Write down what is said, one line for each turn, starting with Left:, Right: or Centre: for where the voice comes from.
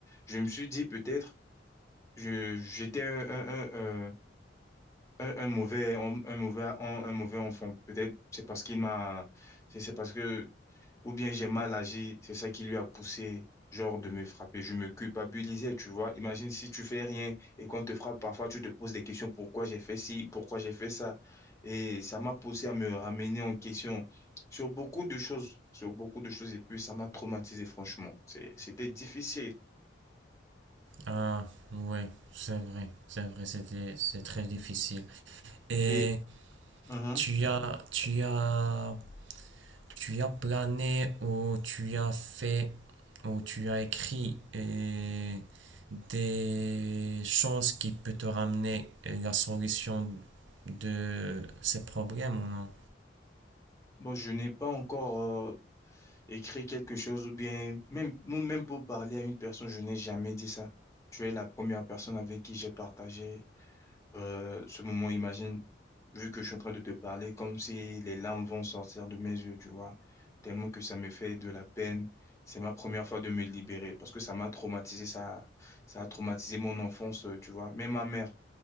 Left: je me suis dit peut-être, je, j'étais un, un, un, euh, un, un mauvais, un, un mauvais, un, un mauvais enfant. Peut-être c'est parce qu'il m'a, c'est c'est parce que, ou bien j'ai mal agi, c'est ça qui lui a poussé, genre, de me frapper. Je me culpabilisais, tu vois. Imagine si tu fais rien et qu'on te frappe, parfois tu te poses des questions, pourquoi j'ai fait ci, pourquoi j'ai fait ça. Et ça m'a poussé à me ramener en question sur beaucoup de choses, sur beaucoup de choses. Et puis ça m'a traumatisé, franchement. C'est- C'était difficile.
Right: Ah, ouais, c'est vrai, c'est vrai, c'était, c'est très difficile. Et
Left: Et Mhm.
Right: tu as, tu as, tu as plané ou tu as fait ou tu as écrit euh, des choses qui peut te ramener euh, la solution de ces problèmes ou non?
Left: Bon, je n'ai pas encore euh, écrire quelque chose ou bien même, même pour parler à une personne, je n'ai jamais dit ça. Tu es la première personne avec qui j'ai partagé euh, ce moment. Imagine, vu que je suis en train de te parler, comme si les larmes vont sortir de mes yeux, tu vois, tellement que ça me fait de la peine. C'est ma première fois de me libérer parce que ça m'a traumatisé, ça, ça a traumatisé mon enfance, euh, tu vois. Même ma mère,